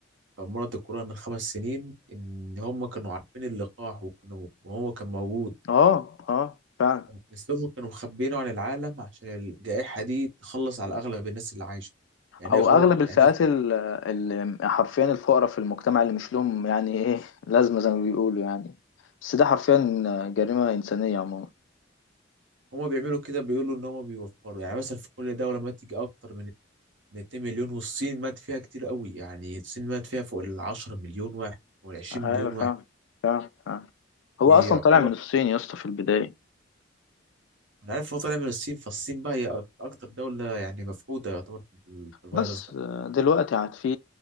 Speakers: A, on the right; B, on the left.
A: كان مرض الكورونا من خمس سنين ان هم كانوا عارفين اللقاح وكانوا وهو كان موجود
B: اه اه فعلا
A: بس هم كانوا مخبيينه عن العالم عشان الجائحة دي تخلص على أغلب الناس اللي عايشة يعني
B: او
A: إيه غلط
B: اغلب الفئات
A: يعني
B: اللي حرفيا الفقراء في المجتمع اللي مش لهم يعني ايه لازمة زي ما بيقولوا يعني بس ده حرفيا جريمة انسانية عموما
A: هم بيعملوا كده بيقولوا إن هم بيوفروا يعني مثلا في كل دولة مات يجي أكتر من من 2 مليون والصين مات فيها كتير قوي يعني الصين مات فيها فوق ال 10 مليون واحد وال 20
B: ايوه
A: مليون
B: فاهم
A: واحد
B: فاهم فاهم هو
A: يعتبر
B: اصلا طالع من الصين يا اسطى في البداية
A: أنا عارف هو طالع من الصين فالصين بقى هي أكتر دولة يعني مفقودة يعتبر في ال- في الفيروس
B: بس
A: ده
B: آه، دلوقتي عاد في